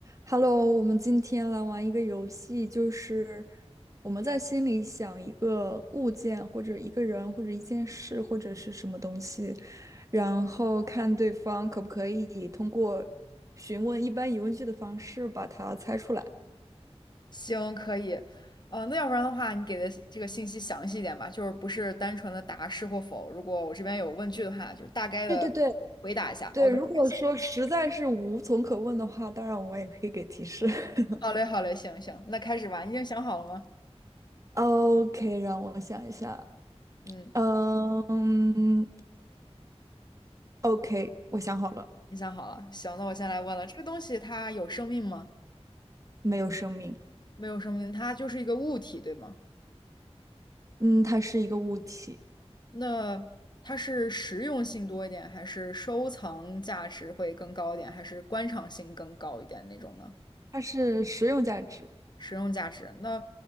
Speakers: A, on the right; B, on the left.
A: Hello，我们今天来玩一个游戏，就是我们在心里想一个物件，或者一个人，或者一件事，或者是什么东西，然后看对方可不可以通过询问一般疑问句的方式把它猜出来。
B: 行，可以。呃，那要不然的话，你给的这个信息详细一点吧，就是不是单纯的答是或否。如果我这边有问句的话，就是大概的
A: 对对对
B: 回答一下。
A: 对，
B: OK，OK，
A: 如果说实在是无从可问的话，
B: 行。
A: 当然我也可以给提示。<laughs>
B: 好嘞，好嘞，行行，那开始吧。你已经想好了吗？
A: OK，让我想一下。
B: 嗯，
A: 嗯，OK，我想好了，
B: 你想好了。行，那我先来问了，这个东西它有生命吗？
A: 没有生命。
B: 没有生命，它就是一个物体，对吗？
A: 嗯，它是一个物体，
B: 那它是实用性多一点，还是收藏价值会更高一点，还是观赏性更高一点那种呢？
A: 它是实用价值，
B: 实用价值。那